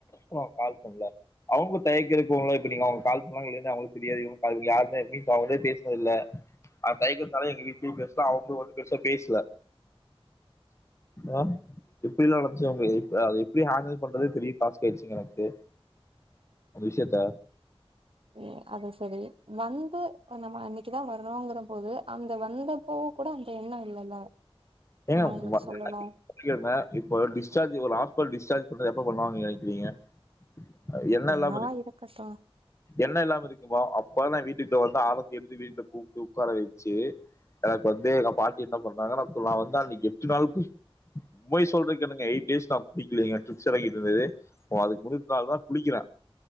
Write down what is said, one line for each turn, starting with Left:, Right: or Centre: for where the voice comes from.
Left: உனக்கு கால் பண்ணல அவுங்க தயக்கிற இருக்கு இல்ல இப்ப நீங்க கால் பண்ணலாங்கலா இல்லையா னு அவுங்களுக்கு தெரியாது இவங்க பாக்கல யாருமே இன்னு அவங்கிட்ட பேசினது இல்ல அந்த தயக்கத்தால எங்க வீட்லயு பேசல அவங்களு வந்து பெருசா பேசல எ எப்டில்லா நடந்துச்சு அத எப்படி ஹாண்டில் பண்றதுனு பெரிய டாஸ்க் ஆயிடுச்சுங்க எனக்கு அந்த விஷயத்த
Right: ஏ அது சரி வந்து இப்ப நம்ம அன்னிக்குதா வரணோங்கற போது அந்த வந்தப்போ கூட அந்த எண்ணோ இல்லல்ல நம்ம
Left: ஏங்க
Right: அவங்களுக்கு சொல்லணு
Left: <inaudible> இப்ப ஒரு டிஸ்ஜார்ஜ் ஒரு ஹாஸ்பிட்டல் டிஸ்ஜார்ஜ் உடனே எப்ப பண்ணுவாங்கனு நீங்க நெனைக்ககிறீங்க அ எண்ணோ
Right: என்னவா
Left: இல்லாம இருக்கு
Right: இருக்கட்டு
Left: எண்ணோ இல்லாம இருக்குமா அப் ஒடனே வீட்டுக்கு வந்தா ஆலத்தி எடுத்து வீட்ல கூப்ட்டு உக்கார வெச்சு எனக்கு வந்து எங்க பாட்டி என்ன பண்ணாங்கன்னா சோ நா வந்து அன்னைக்கு எட்டு நாலு <inaudible> உண்மய சொல்றதுக்கு என்னங்க எயிட் டேஸ் நா குளிக்கலீங்க ட்ரிப்ஸ் எறங்கிட்டு இருந்துது வ அதுக்கு முந்து நாள்தா குளிக்கிற